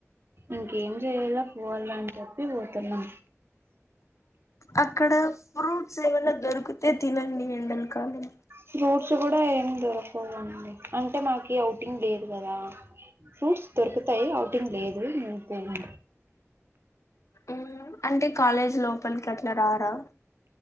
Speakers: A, on the right; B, on the left.
A: ఇంకేం చేయాల పోవాలా అని చెప్పి పోతున్నా
B: అక్కడ ఫ్రూట్స్ ఏమైనా దొరికితే తినండి ఎండలకాలం
A: ఫ్రూట్స్ కూడా ఏం దొరకవండి అంటే మాకి ఔటింగ్ లేదు కదా ఫ్రూట్స్ దొరుకుతాయి అ ఔట్టింగ్ లేదు నేను పోను
B: ఉహ్ అంటే కాలేజ్ లోపలి కి అట ఇట్ల రారా